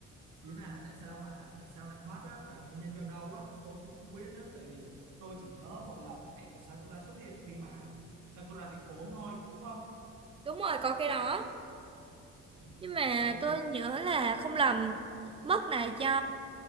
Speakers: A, on the right; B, on the right.
A: đúng là tại sao mà tại sao lại mất á và nguyên nhân do đâu á tôi cũng không biết nữa tại vì tôi chỉ nhớ một lần mẹ của Sakura xuất hiện khi mà Sakura bị ốm thôi đúng không
B: đúng rồi có cái đó
A: Ừm,
B: nhưng mà
A: nên
B: tôi
A: là
B: nhớ là không lầm mất là do